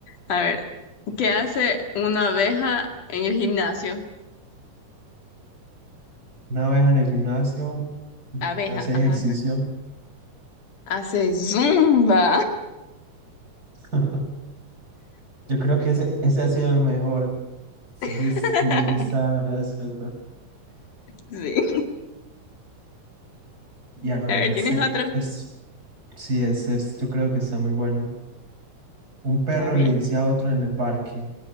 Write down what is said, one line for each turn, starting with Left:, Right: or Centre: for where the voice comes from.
Left: A ver, ¿qué hace una abeja en el gimnasio?
Right: Una vez en el gimnasio, mm,
Left: Abeja,
Right: hace
Left: ajá.
Right: ejercicio.
Left: Hace zumba.
Right: <laughs> Yo creo que ese, ese ha sido el mejor. Ese, sí
Left: <laughs>
Right: es- ese sí está gracioso.
Left: Sí.
Right: Y a ver,
Left: A ver,
Right: ese
Left: ¿tienes otro?
Right: es, sí, ese es- yo creo que está muy bueno. Un perro
Left: A ver.
Right: le dice a otro en el parque,